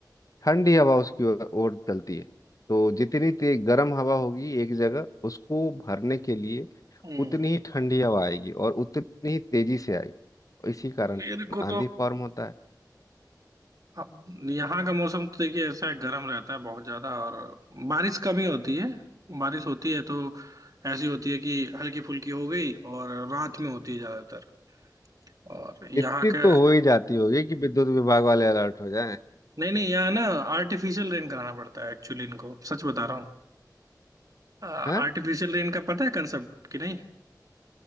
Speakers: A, on the left (about 50°); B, on the right (about 55°).
A: ठंडी हवा उसकी ओर ओर चलती है तो जितनी तेज गर्म हवा होगी एक जगह उसको भरने के लिए
B: हम्म,
A: उतनी ही ठंडी हवा आएगी और उतनी ही तेजी से आएगी और इसी कारण
B: मेरे को
A: आंधी
B: तो
A: फॉर्म होता है
B: अब यहाँ का मौसम तो देखिए ऐसा है गर्म रहता है बहुत ज्यादा और बारिश कम ही होती है बारिश होती है तो ऐसी होती है कि हल्की फुल्की हो गई और रात में होती है ज्यादातर और यहाँ
A: इतनी
B: का
A: तो हो ही जाती होगी कि विद्युत विभाग वाले अलर्ट हो जाएं
B: नहीं नहीं यहाँ ना आर्टिफिशियल रेन कराना पड़ता है एक्चुअली इनको सच बता रहा हूँ आर्टिफिशियल
A: हाँ
B: रेन का पता है कंसेप्ट कि नहीं